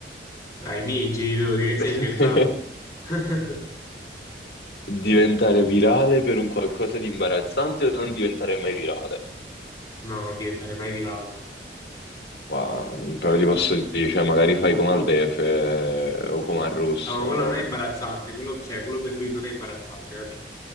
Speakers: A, on the left; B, on the left.
A: Ai miei genitori, eh, stai
B: <laughs>
A: scherzando? <laughs>
B: Diventare virale per un qualcosa di imbarazzante o non diventare mai virale?
A: No, non diventare mai virale.
B: Qua, però ti posso dire, cioè, magari fai come al Defe eh, o come al Rosso,
A: Ah, ma quello non è imbarazzante, quello, cioè, quello per lui non è imbarazzante, capito?